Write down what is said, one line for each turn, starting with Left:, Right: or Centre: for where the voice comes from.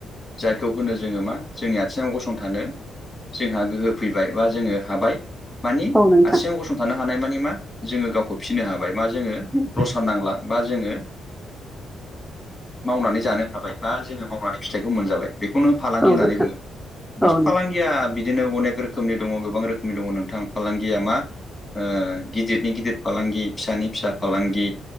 Left: जायखौ होनो जोंङो मा जोंनि आथिङाव गसंथानो जोंहा गोहो फैबाय बा जोंङो हाबाय मानि
Centre: औ नोंथां
Left: आथिङाव गसंथानो हानाय मानि मा जोंङो गावखौ फिसिनो हाबाय। मा जोंङो
Centre: औ
Left: ला बा जोंङो मावनानै जानो हाबाय बा जोंङो मावनानै फिथाइखौ मोनजाबाय। बेखौनो फालांगि होननानै
Centre: नोंथां
Left: बुङो सापस
Centre: औ
Left: फालांगिया बिद दिनो अनेक रोखोमनि दङ गोबां रोखोमनि दङ नोंथां फालांगिया मा ओ गिदिरनि गिदिर फालांगि फिसानि फिसा फालांगि